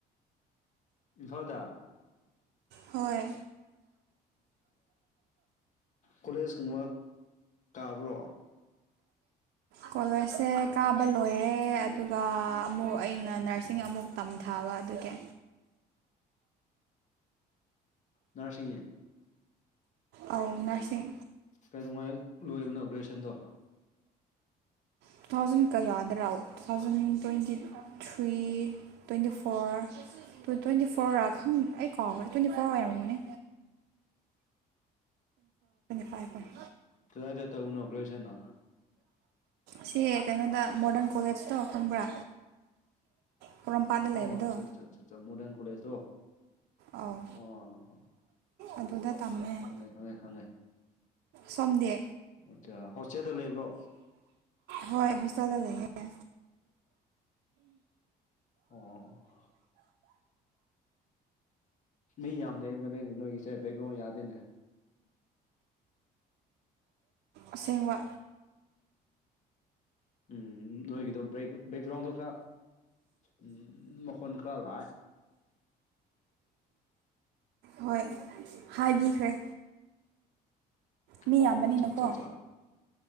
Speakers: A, on the left; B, on the right.
A: ꯏꯝꯐꯥꯜꯗ
B: ꯍꯣꯏ
A: ꯀꯣꯂꯦꯖꯀꯨꯝꯕ ꯀꯥꯕ꯭ꯔꯣ
B: ꯀꯣꯂꯦꯖꯁꯦ ꯀꯥꯕ ꯂꯣꯏꯔꯦ ꯑꯗꯨꯒ ꯑꯃꯨꯛ ꯑꯩꯅ ꯅꯔꯁꯤꯡ ꯑꯃꯨꯛ ꯇ ꯊꯥꯕ ꯑꯗꯨꯒꯤ
A: ꯅꯔꯁꯤꯡꯅꯦ
B: ꯑꯧ ꯅꯔꯁꯤꯡ
A: ꯀꯩꯗꯧꯉꯥꯏ ꯂꯣꯏꯕꯅꯣ ꯒ꯭ꯔꯦꯖꯨꯌꯦꯁꯟꯗꯣ
B: ꯇꯨ ꯊꯥꯎꯖꯟ ꯀꯌꯥꯗ꯭ꯔꯥ two thousand twenty three twenty four twenty four ꯔ ꯑꯩ ꯀꯥꯎ ꯇ꯭ꯋꯦꯟꯇꯤ ꯐꯣꯔ ꯑꯣꯏꯔꯝꯒꯅꯦ ꯐꯥꯏꯚꯔꯥ
A: ꯀꯗꯥꯥꯏꯗ ꯇꯧꯕꯅꯣ ꯒ꯭ꯔꯦꯖꯨꯌꯦꯁꯟ ꯅ
B: ꯁꯤ ꯀꯩꯅꯣꯗ ꯃꯣꯗꯔꯟ ꯀꯣꯂꯦꯖ ꯇꯣ ꯈꯪꯕ꯭ꯔꯥ ꯄꯣꯔꯣꯝꯄꯥꯠꯇ
A: ꯑꯣ
B: ꯂꯩꯕꯗꯣ
A: ꯑꯆꯥ ꯑꯆꯥ ꯃꯣꯗꯔꯟ ꯀꯣꯂꯦꯖꯇꯣ
B: ꯑꯧ
A: ꯑꯣ
B: ꯑꯗꯨꯗ ꯇꯝꯃꯦ
A: ꯈꯪꯉꯦ ꯈꯪꯉꯦ ꯈꯪꯉꯦ
B: ꯁꯣꯝꯗꯤ
A: ꯑꯆꯥ ꯍꯣꯁꯇꯦꯜꯗ ꯂꯩꯕ꯭ꯔꯣ
B: ꯍꯣꯏ ꯍꯣꯁꯇꯦꯜꯗ ꯂꯩꯌꯦꯦ
A: ꯑꯣ ꯃꯤ ꯌꯥꯝ ꯂꯩꯕꯅꯦ ꯅꯣꯏꯒꯤꯁꯦ ꯕꯦꯛꯒ꯭ꯔꯥꯎꯟ ꯌꯥꯗꯦꯅꯦ
B: ꯑꯁꯦꯡꯕ
A: ꯎꯝ ꯅꯣꯏꯒꯤꯗꯣ ꯕꯦꯛ ꯕꯦꯛꯒ꯭ꯔꯥꯎꯟꯗꯣ ꯈꯔ ꯎꯝ ꯃꯈꯣꯟ ꯈ꯭ꯔ ꯂꯥꯛꯑꯦ
B: ꯍꯣꯏ ꯍꯥꯏꯕꯤꯈ꯭ꯔꯦ ꯃꯤ
A: ꯑꯣ
B: ꯌꯥꯝꯕꯅꯤꯅꯀꯣ
A: ꯑꯆꯥ ꯑꯆꯥ ꯑꯆꯥ